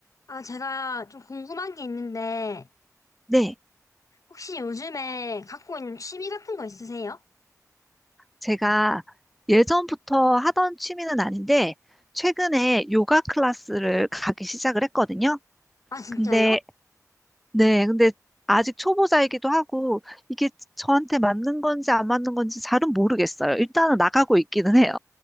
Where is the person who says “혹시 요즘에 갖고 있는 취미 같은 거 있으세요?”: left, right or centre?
Left